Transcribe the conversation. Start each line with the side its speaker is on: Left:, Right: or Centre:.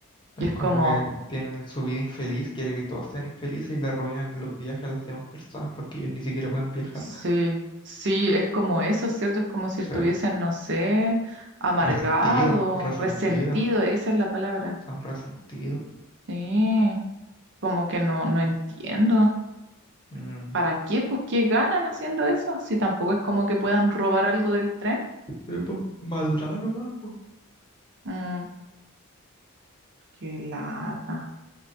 Left: Es
Right: y es como,
Left: como que tienen su vida infeliz, quiere que todos sean infelices y le arruinan los viajes a las demás personas porque ellos ni siquiera pueden viajar.
Right: sí, sí, es como eso, ¿cierto? Es como si
Left: Sí,
Right: estuviesen, no sé, amargado,
Left: resentido, resentido,
Right: resentido, esa es la palabra.
Left: son resentidos.
Right: Sí, como que no, no entiendo.
Left: Mm.
Right: ¿Para qué? Pues, ¿qué ganan haciendo eso? Si tampoco es como que puedan robar algo del tren.
Left: Sí, pues, maldad nomás, po.
Right: Mm, qué lata.